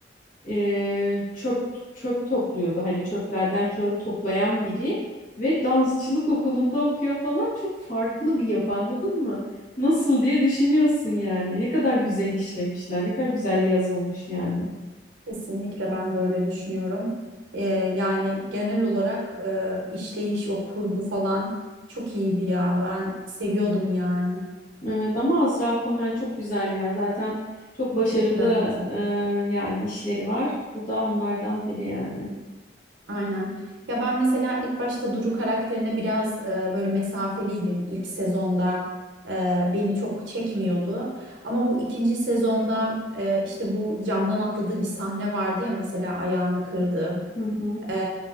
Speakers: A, on the left; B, on the right.
A: e, çöp çöp topluyordu. Hani çöplerden kağıt toplayan biri ve dansçılık okulunda okuyor falan. Çok farklı bir yapı anladın mı? Nasıl diye düşünüyorsun yani. Ne kadar güzel işlemişler, ne kadar güzel yazılmış yani.
B: Kesinlikle ben de öyle düşünüyorum. Ee, yani genel olarak e, işleyiş, o kurgu falan çok iyiydi ya. Ben seviyordum yani.
A: Evet ama Azra Cohen çok güzel yani. Zaten çok başarılı
B: Çok güzel yazmış.
A: e, yani işleri var. Bu da onlardan biri yani.
B: Aynen. Ya ben mesela ilk başta Duru karakterine biraz e, böyle mesafeliydim. İlk sezonda e, beni çok çekmiyordu. Ama bu ikinci sezonda e, işte bu camdan atladığı bir sahne vardı ya mesela ayağını kırdı.
A: Hı hı.
B: E,